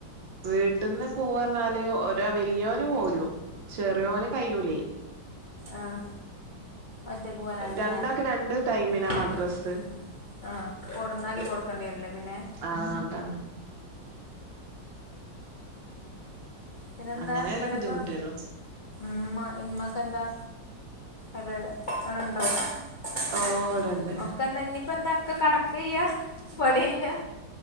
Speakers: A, on the right (about 80°); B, on the left (about 45°).
A: വീട്ടിന്ന് പോവർന്നാല് ഒരാ വല്ലിയോന് പോരും. ചെറിയോന് കയിയുലേ.
B: ആഹ് ഒറ്റക്ക് പോരാനല്ലേ
A: രണ്ടാക്ക് രണ്ട് ടൈമിനാ
B: <unintelligible>
A: മദ്രസ്
B: ആഹ് കൊണ്ടന്നാക്കി കൊടുക്കേണ്ടി വരുല്ലെ പിന്നെ.
A: ആഹ് അതാ
B: പിന്നെന്താ
A: അങ്ങനെ
B: ഇബലൊക്കെ
A: ഒരു ബുദ്ധിമുട്ടേള്ളു
B: മ്മ ഇമ്മക്കന്താ. അതെ <unintelligible>
A: ഓ ഇവിടെണ്ട്
B: ഇനിപ്പോ എന്താ ഇപ്പോ കടക്കയാ പണി കഴിഞ്ഞാ.